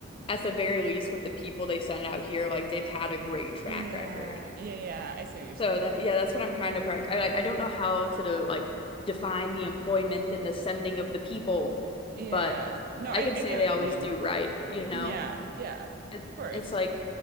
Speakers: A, on the left; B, on the right.
A: at the very least with the people they send out here, like they've had a great track
B: Yeah.
A: record.
B: Yeah. Yeah. I see what you're saying.
A: So that yeah, that's what I'm trying to practice. I I I don't know how to do, like define the employment and the sending of the people,
B: Yeah.
A: but
B: No, I,
A: I can
B: I
A: say
B: get
A: they
B: what
A: always
B: you mean.
A: do right, you know.
B: Yeah. Yeah. Of
A: It
B: course.
A: it's like